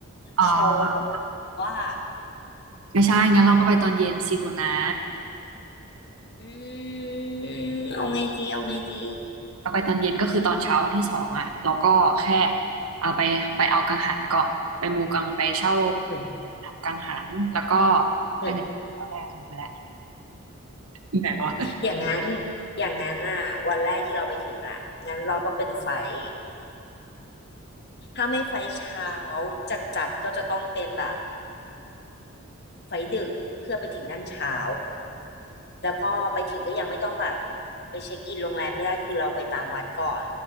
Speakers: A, on the right (about 85°); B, on the left (about 50°).
A: อ๋อ
B: โชว์ของว่า
A: ไม่ใช่งั้นเราก็ไปตอนเย็นสิคุณนะ
B: อืมเอาไงดีเอาไงดี
A: เอาไปตอนเย็นก็คือตอนเช้าวันที่สองอ่ะเราก็แค่เอาไปไปเอากังหันก่อนไปมูกังไปเช่า
B: อืม
A: กังหันแล้วก็ไปไหนก็ได้ลืมไปแล้ว
B: อืม
A: <laughs> ไหนวะ
B: อย่างนั้นอย่างนั้นอ่ะวันแรกที่เราไปถึงอ่ะงั้นเราต้องเป็นไฟท์ถ้าไม่ไฟท์เช้าจัดจัดก็จะต้องเป็นแบบไฟท์ดึกเพื่อไปถึงนั่นเช้าแล้วก็ไปถึงก็ยังไม่ต้องแบบไปเช็คอินโรงแรมก็ได้คือเราไปตามวัดก่อน